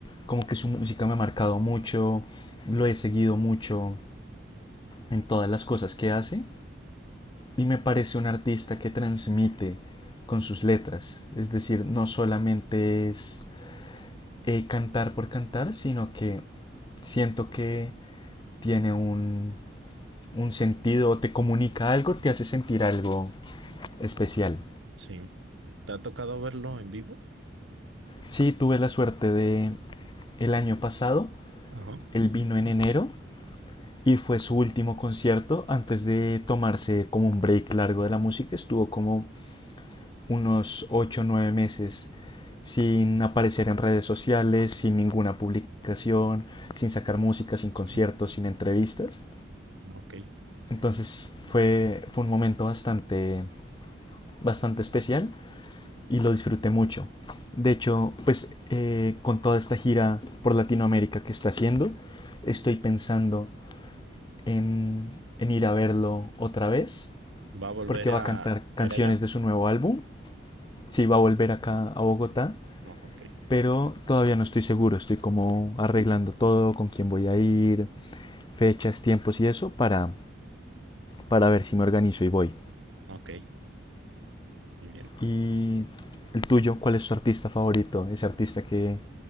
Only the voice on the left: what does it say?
como que su música me ha marcado mucho, lo he seguido mucho en todas las cosas que hace y me parece un artista que transmite con sus letras. Es decir, no solamente es eh, cantar por cantar, sino que siento que tiene un, un sentido, te comunica algo, te hace sentir algo especial.
Sí, tuve la suerte de el año pasado,
él vino en
enero y fue su último concierto antes de tomarse como un break largo de la música. Estuvo como unos 8 o 9 meses sin aparecer en redes sociales, sin ninguna publicación, sin sacar música, sin conciertos,
sin entrevistas.
Entonces fue, fue un momento bastante, bastante especial y lo disfruté mucho. De hecho, pues eh, con toda esta gira por Latinoamérica que está haciendo, estoy pensando en, en ir a verlo otra vez,
porque va
a cantar canciones
de su nuevo álbum. Sí, va a volver acá a Bogotá,
pero todavía no estoy seguro. Estoy como arreglando todo, con quién voy a ir, fechas, tiempos y eso, para, para ver si me organizo y voy.
Y el tuyo, ¿cuál es tu artista favorito? Ese artista que